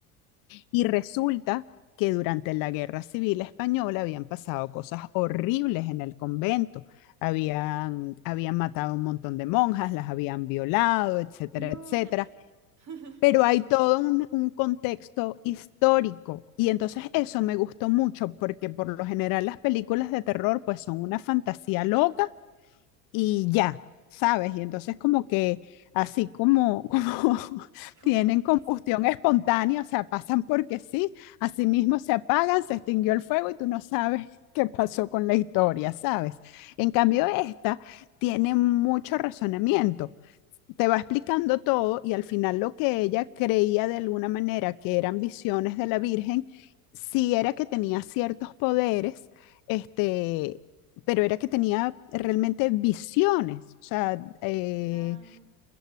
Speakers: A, on the left (about 50°); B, on the right (about 40°).
A: y resulta que durante la Guerra Civil Española habían pasado cosas horribles en el convento.
B: Claro.
A: Habían, habían matado a un montón de monjas, las habían violado, etcétera,
B: No,
A: etcétera.
B: terrible. <laughs>
A: Pero hay todo un, un contexto histórico y entonces eso me gustó mucho porque por lo general las películas de terror pues son una fantasía loca y ya, ¿sabes? Y entonces como que así como, como <laughs>
B: Como-
A: tienen combustión
B: Sí, sí, sí.
A: espontánea, o sea, pasan porque sí, así mismo se apagan, se extinguió el fuego y tú no sabes <laughs> qué pasó con la historia, ¿sabes? En cambio, esta tiene mucho razonamiento te va explicando todo y al final lo que ella creía de alguna manera que eran visiones de la Virgen, sí era que tenía ciertos poderes, este, pero era que tenía realmente visiones, o sea, eh,
B: Claro.